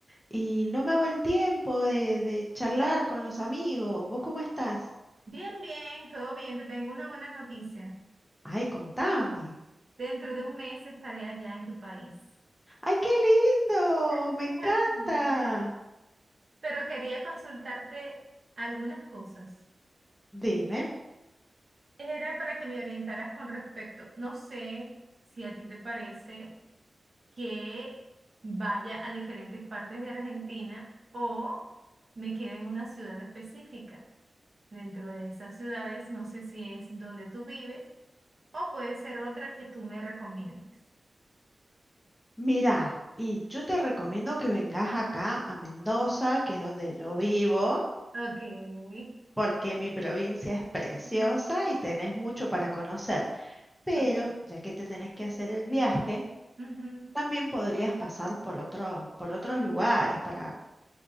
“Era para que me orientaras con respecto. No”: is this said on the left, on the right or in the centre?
Right